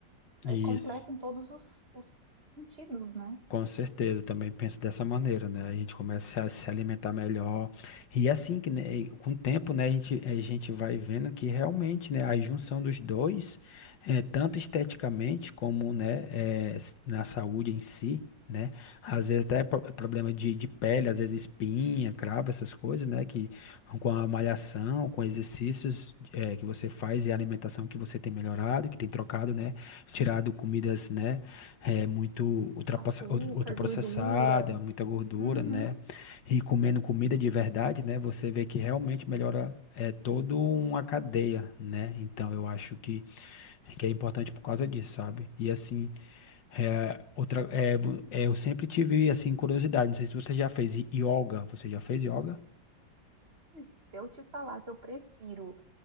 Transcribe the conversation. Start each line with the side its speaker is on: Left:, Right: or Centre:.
Left: isso.
Right: é completa em todos os, os sentidos, né?
Left: Com certeza, eu também penso dessa maneira, né? A gente começa a se alimentar melhor. E é assim que, né, com o tempo, né, a gente, a gente vai vendo que realmente, né, a junção dos dois, eh, tanto esteticamente como, né, eh, s- na saúde em si, né? Às vezes até pro- problema de, de pele, às vezes espinha, cravo, essas coisas, né? Que com a malhação, com exercícios, eh, que você faz e a alimentação que você tem melhorado, que tem trocado, né? Tirado comidas, né? É muito ultrapassa-
Right: Açúcar,
Left: ultra- ultraprocessada,
Right: gordura.
Left: muita gordura,
Right: Uhum.
Left: né? E comendo comida de verdade, né? Você vê que realmente melhora é toda uma cadeia, né? Então eu acho que, que é importante por causa disso, sabe? E assim, é, outra, é, vo- é, eu sempre tive assim curiosidade. Não sei se você já fez i- yoga. Você já fez yoga?
Right: Se eu te falar que eu prefiro